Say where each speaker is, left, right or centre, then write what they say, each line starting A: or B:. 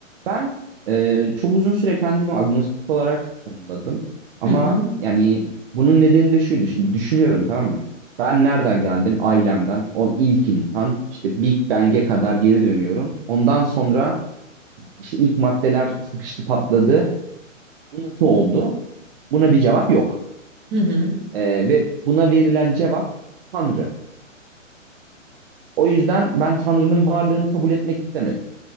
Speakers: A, on the right; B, on the right.
A: Ben e, çok uzun süre kendimi agnostik olarak tanımladım. Ama
B: Hı hı.
A: yani bunun nedeni de şuydu. Şimdi düşünüyorum tamam mı? Ben nereden geldim? Ailemden. On ilk insan. işte Big Bang'e kadar geri dönüyorum. Ondan sonra işte ilk maddeler sıkıştı patladı. Bu nasıl oldu? Buna bir cevap yok.
B: Hı hı.
A: E, ve buna verilen cevap Tanrı. O yüzden ben Tanrı'nın varlığını kabul etmek istemedim.